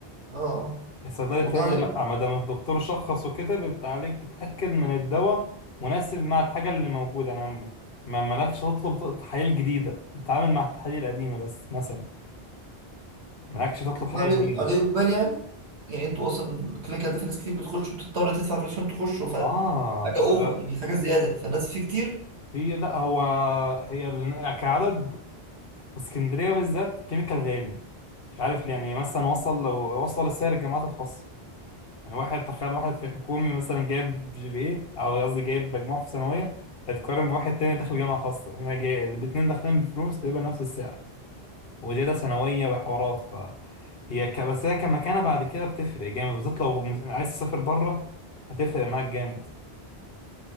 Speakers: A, on the right (about 85°); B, on the left (about 65°).
A: اه آه.
B: الصيدلي
A: وده
B: التاني
A: عليه
B: لأ ما دام الدكتور شخص وكتب أنت عليك تتأكد من الدواء مناسب مع الحاجة اللي موجودة أنا م- ما مالكش تطلب تحاليل جديدة تتعامل مع التحاليل القديمة بس مثلا مالكش تطلب
A: وده
B: حاجة
A: عليه
B: جديدة
A: عليه اقبال يعني يعني انتوا اصلا الكلينيكال ده في ناس كتير بتخش وبتضطر تدفع فلوس عشان تخشوا فحاجه
B: آه ده
A: اوفر
B: ده
A: يعني حاجه زياده فالناس فيه كتير
B: هي لا هو هي ال- كعدد في اسكندريه بالذات كيميكال غالي مش عارف ليه يعني مثلا وصل لو وصل لسعر الجامعات الخاصه يعني واحد تخيل واحد في حكومي مثلا جايب جي بي اي او قصدي جايب مجموع في ثانويه هيتقارن بواحد تاني داخل جامعه خاصه هنا جايب الاتنين داخلين بفلوس تقريبا نفس السعر وزياده ثانويه وحوارات فهي ك... بس هي كمكانه بعد كده بتفرق جامد بالذات لو مس- عايز تسافر بره هتفرق معاك جامد